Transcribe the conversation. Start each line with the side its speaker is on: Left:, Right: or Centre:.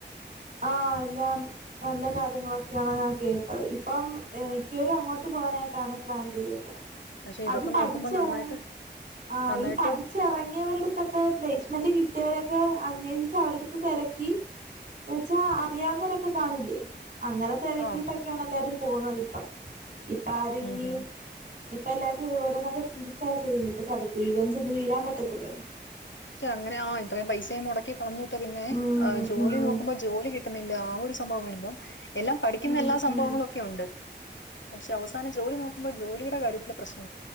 Right: ആ എല്ലാം നല്ല കാര്യങ്ങളൊ ഒക്കെയാണ് ഞാൻ കേട്ടത് ഇപ്പം എ മിക്കവരും അങ്ങോട്ട് പോകാനായിട്ടാണ് പ്ലാൻ ചെയ്തരിക്കണെ
Left: പക്ഷെ ഇതൊക്കെ
Right: അത് പഠിച്ചെറങ്ങി
Left: നോക്കുമ്പോ നന്നായിട്ട്
Right: ആ
Left: നന്നായിട്ട്
Right: ഈ പഠിച്ചെറങ്ങിയവരുടുത്തൊക്കെ പ്ലേസ് അലോന്റ് മെന്റ് കിട്ടിയവരൊക്കെ അന്വേഷിച്ച് അവരുടെ തിരക്കി എന്ന് വച്ചാ അറിയാവുന്നവരൊക്കെ കാണില്ലേ അങ്ങനെ തിരക്കിയിട്ടൊക്കെയാണ്
Left: ആഹ്
Right: എല്ലാരും പോന്നതിപ്പം പ്പാ രുംനീ
Left: ഉം ഹും
Right: ഇപ്പൊ എല്ലാരും ഓരോന്നൊക്കെ ചിന്തിച്ചാ ചെയ്യുന്നു ഇപ്പൊ ചതുക്കുഴുകൻ ചെന്ന് വീഴാൻ പറ്റത്തില്ലോ
Left: പക്ഷെ അങ്ങനെ ആ ഇത്രയും പൈസയും മുടക്കി കളഞ്ഞിട്ട് പി - പിന്നെ
Right: ഉം
Left: ജോലി
Right: ഉം
Left: നോക്കുമ്പോ ജോലി കിട്ടുന്നില്ല ആ ഒരു സംഭവം വരുമ്പം എല്ലാം പഠിക്കുന്ന
Right: ഉം
Left: എല്ലാ സംഭവങ്ങളും
Right: ഉം
Left: ഒക്കെ ഉണ്ട് പക്ഷെ അവസാന ജോലി നോക്കുമ്പോൾ ജോലിയുടെ കാര്യത്തി ള്ള പ്രശ്